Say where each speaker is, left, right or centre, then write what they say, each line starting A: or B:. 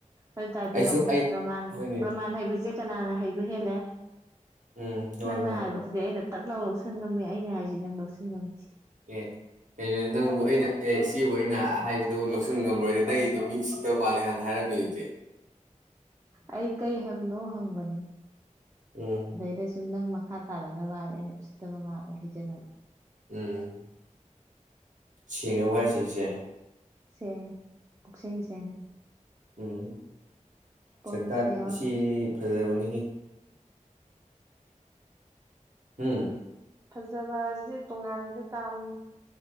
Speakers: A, on the right; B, on the right.
A: ꯑꯗꯨ ꯇꯥꯔꯗꯤ
B: ꯑꯩꯁꯨ
A: ꯌꯦꯡꯉꯣ
B: ꯑꯩ
A: ꯄ꯭ꯔꯃꯥꯟ-ꯄ꯭ꯔꯃꯥꯟ
B: ꯍꯣꯏꯅꯦ
A: ꯍꯩꯕꯁꯦ ꯀꯅꯥꯅ ꯍꯩꯕ ꯍꯦꯜꯂꯦ꯫
B: ꯎꯝ ꯍꯣꯏ
A: ꯅꯪꯅ
B: ꯍꯣꯏ
A: ꯍꯥꯏꯕꯁꯤꯗꯤ
B: ꯍꯣꯏ
A: ꯑꯩꯅ ꯇꯛ ꯂꯥꯎꯔꯁ ꯂꯧꯁꯟ ꯉꯝꯃꯦ ꯑꯩꯅ ꯍꯥꯏꯁ ꯅꯪ ꯂꯧꯁꯟ ꯉꯝꯁꯤ꯫
B: ꯑꯦ ꯀꯩꯅꯣ ꯅꯪꯕꯨ ꯑꯩꯅ ꯑꯦ ꯏꯆꯦꯕꯨ ꯑꯩꯅ ꯍꯥꯏꯕꯗꯨ ꯂꯧꯁꯤꯟꯕ ꯉꯝꯕ꯭ꯔꫭ ꯅꯪꯒꯤꯗꫭ ꯃꯤ ꯎꯁꯤꯠꯇꯕ ꯃꯥꯜꯂꯦ ꯍꯥꯏꯅ ꯍꯥꯏꯔꯝꯃꯤꯗꯨꯗꯤ꯫
A: ꯑꯩ ꯀꯩ ꯍꯥꯏꯕꯅꯣ ꯍꯪꯕꯅꯤ꯫
B: ꯎꯝ
A: ꯑꯗꯩꯗ ꯆꯨꯝ ꯅꯪꯃ ꯃꯈꯥ ꯇꯥꯔꯛꯅꯕꯥꯅ ꯑꯩꯅ ꯎꯁꯤꯠꯇꯕ ꯃꯥꯜꯂꯦ ꯍꯥꯏꯖꯅꯕ꯫
B: ꯎꯝ ꯁꯦꯡꯑꯕꫭ ꯍꯥꯏꯁꯦ ꯏꯆꯦ꯫
A: ꯁꯦꯡꯑꯦ ꯄꯨꯛꯁꯦꯡ ꯁꯦꯡꯑꯦ꯫
B: ꯎꯝ ꯁꯥꯛꯇꯥ
A: ꯑꯃꯠꯇ ꯌꯥꯎꯗ
B: ꯏꯆꯦ ꯐꯖꯕꯅꯤ꯫ ꯎꯝ
A: ꯐꯖꯕ ꯑꯁꯤ ꯇꯣꯉꯥꯟꯅꯤꯗ ꯇꯥꯕꯅꯤ꯫